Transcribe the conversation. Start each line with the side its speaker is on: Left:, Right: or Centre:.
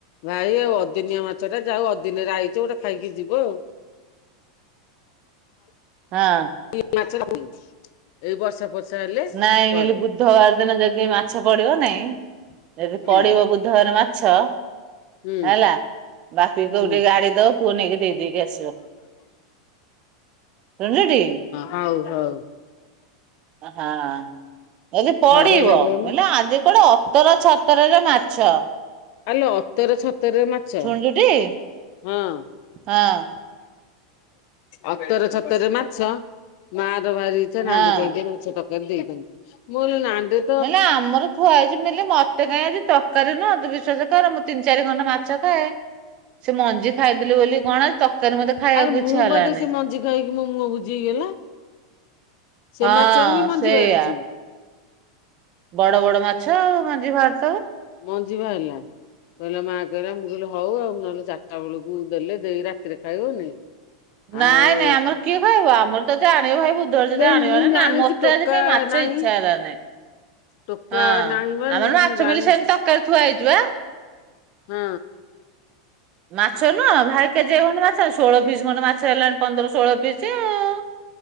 Left: ଭାଇ ଆଉ ଅଦିନିଆ ମାଛଟା ଯାହଉ ଅଦିନରେ ଆଇଛି ଗୋଟେ ଖାଇକି ଯିବ ଆଉ।
Right: ହଁ।
Left: <unintelligible> ଏ ବର୍ଷା ଫର୍ଷା ହେଲେ
Right: ନାଇଁ ମୁଁ
Left: ପରେ
Right: କହିଲି ବୁଧବାର ଦିନ ଯଦି ମାଛ ପଡିବ ନାଇଁ ଯଦି
Left: ହୁଁ
Right: ପଡିବ ବୁଧବାର ମାଛ
Left: ହୁଁ।
Right: ହେଲା ବାପି କହିବୁ
Left: ହୁଁ
Right: ଟିକେ ଆଣିକି ଦବ ପୁଅ ନେଇକି ଦେଇଦେଇକି ଆସିବ। ଶୁଣୁଛୁଟି
Left: ହଉ ହଉ।
Right: ହଁ ମୁଁ କହିଲି ପଡିବ
Left: ହଉ କହିଲା କହୁନୁ।
Right: ବିଲେ ଆଜି କୁଆଡେ ଅତର ଛ <unintelligible> ମାଛ
Left: ଆଲୋ ଅତର ଛତରେ ମା ଚା
Right: ଶୁଣୁଛୁଟି
Left: ହଁ।
Right: ହଁ
Left: ଅତର ଛତରେ ମାଛ ମା ର ଭାରି ଇଛା
Right: ହଁ।
Left: ନାଣ୍ଡି ଦେଇ କି ମାଛ ପ ତାକୁ ଦେଇ ଦବୁ ମୁଁ କହିଲି ନାଣ୍ଡୁ
Right: ମୁଁ କହିଲି ଆମର ଥୁଆହେଇଚି ବେଲି ମତେ କାହିଁ ଆଜି ତରକାରୀ ନୁହ ବିଶ୍ବାସ କର ମୁଁ ତିନି ଚାରି ଖଣ୍ଡ ମାଛ ଖାଏ ସେ ମଞ୍ଜି ଖାଇଦେଲି ବୋଲି କଣ ତକାରୀ ମତେ ଖାଇବାକୁ
Left: ଆରେ ମୁଁ
Right: ଇଚ୍ଛା ହେଲାନି।
Left: ବୋଧେ ସେ ମଞ୍ଜି ଖାଇକି ମୋ ମୁହଁ ବୁଯି ହେଇଗଲା। ସେ
Right: ହଁ
Left: ମାଛରୁ ବି ମଞ୍ଜି
Right: ସେଇଆ
Left: ବାହାରୁଚି।
Right: ବଡ ବଡ ମାଛ ଆଉ ମଞ୍ଜି ବାହାରୁ
Left: ମଞ୍ଜିି ବାହାରିଲା। କହିଲା ମା କହିଲା ମୁଁ କହିଲି ହଉ ଆଉ, ନହେଲେ ଚାରିଟା ବେଳକୁ ଦେଲେ ଦେଇ ରାତିରେ ଖାଇବନି।
Right: ନାଇଁ
Left: ଆଉ
Right: ନାଇଁ ଆମର କିଏ ଖାଇବ, ଆମର ତ ଯାହା ଆଣିବୁ ଭାରି
Left: ନାଇଁ
Right: ଭୋ <unintelligible> ଆଣିବାନି
Left: ମୁଁ ଜାଣିଛି
Right: ନା ମତେ
Left: ଟୋକା
Right: ଆଜି କାଇଁ ମାଛ
Left: ନାହିଁ।
Right: ଇଚ୍ଛା ହେଲାନି।
Left: ଟୋକା
Right: ହଁ
Left: ନାହିଁ ମାନେ
Right: ଆମର ମାଛ
Left: ମୁଁ ଜାଣିଛି
Right: ମିଲ ସେମିତି ତରକାରୀ ଥୁଆ ହେଇଛି ବା।
Left: ହଁ।
Right: ମାଛ
Left: ଆଉ
Right: ନୁହ ଭାଇ କେଜିଏ ଖଣ୍ଡେ ମାଛ ଷୋହଳ ପିସ୍ ଖଣ୍ଡେ ମାଛ ହେଲାଣି ପନ୍ଦର ଷୋହଳ ପିସ୍ ଆଉ।